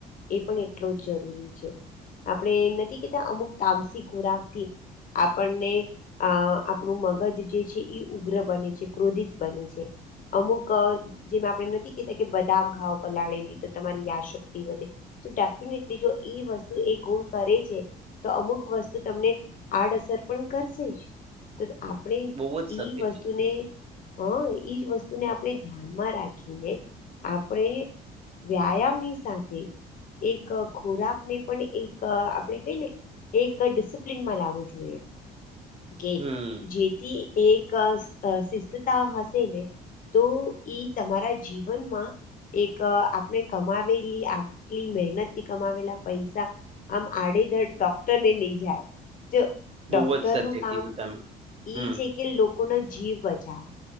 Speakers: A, on the left; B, on the right.
A: એ પણ એટલો જ જરૂરી છે. આપણે નથી કેતા અમુક તામસી ખોરાક થી આપણને અ આપણું મગજ જે છે એ ઉગ્ર બને છે ક્રોધિત બને છે. અમુક જેમાં આપણે નથી કેતા કે બદામ ખાઓ પલાળેલી તો તમારી યાદશક્તિ વધે. તો ડેફિનેટલી જો એ વસ્તુ એ ગુણ કરે છે તો અમુક વસ્તુ તમને આડઅસર પણ કરશે જ. તો આપણે
B: બહુ જ સત્ય
A: ઈ વસ્તુને
B: કીધું.
A: હ ઈજ વસ્તુ ને આપણે ધ્યાનમાં રાખીને આપણે વ્યાયામની સાથે એક ખોરાક ને પણ એક આપણેે કઈ ને એક ડિસિપ્લનમાં લાવવો જોઈએ. કે
B: હમ,
A: જેથી એક શિસ્તતા <unintelligible> તો ઈ તમારા જીવનમાં એક આપણે કમાવેલી આટલી મહેનતથી કમાવેલા પૈસા આમ આડેધડ ડોક્ટરને નઈ જાય જો ડોક્ટર
B: બહુ જ સત્ય
A: નું કામ
B: કીધું તમે.
A: ઈ
B: હમ,
A: છે કે લોકોનો જીવ બચાવે